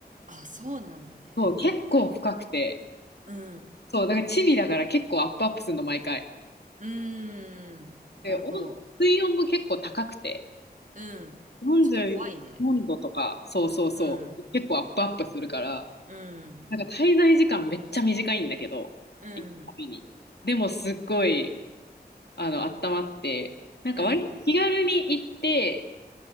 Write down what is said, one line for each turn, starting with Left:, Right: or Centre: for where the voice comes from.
Right: あ、そうなんだね。
Left: そう、結構深くて。
Right: うん。
Left: そう、だからチビだから結構アップアップするの、毎回。
Right: うーん。
Left: で、
Right: なるほど。
Left: 温水温も結構高くて、
Right: うん。
Left: 44度とか、
Right: ちょっと怖いね。
Left: そうそうそう、
Right: うん。
Left: 結構アップアップするから、
Right: うん、
Left: なんか滞在時間めっちゃ短いんだけど、
Right: うん、
Left: 行くたびに。でもすっごい、あの、温まって、なんか割と気軽に行って、
Right: うん、